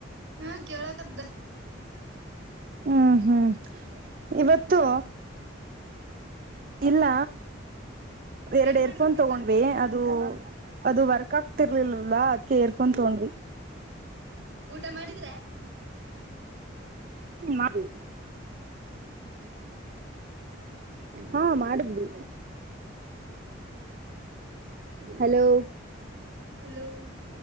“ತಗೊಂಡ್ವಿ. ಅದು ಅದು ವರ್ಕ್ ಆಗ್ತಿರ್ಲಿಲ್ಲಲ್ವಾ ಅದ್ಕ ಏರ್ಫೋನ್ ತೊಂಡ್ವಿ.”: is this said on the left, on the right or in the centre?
Right